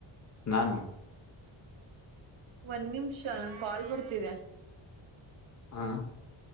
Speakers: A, on the left (about 35°); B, on the right (about 75°).
A: ನಾ ನು
B: ಒಂದ್ ನಿಮಿಷ ಕಾಲ್ ಬರ್ತಿದೆ.
A: ಹಾಂ